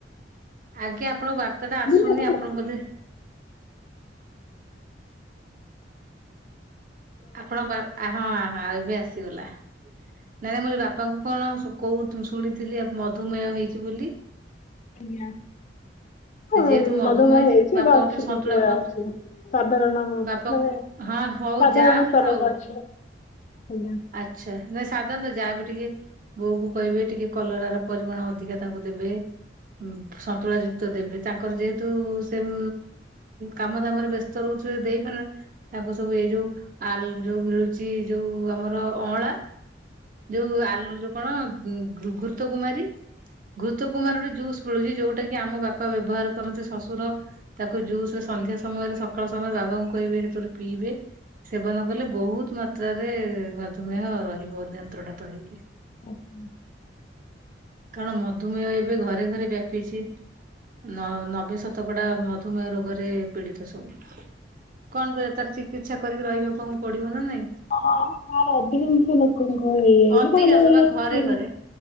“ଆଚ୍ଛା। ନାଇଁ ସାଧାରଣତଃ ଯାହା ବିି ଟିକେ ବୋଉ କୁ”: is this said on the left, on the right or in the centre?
Right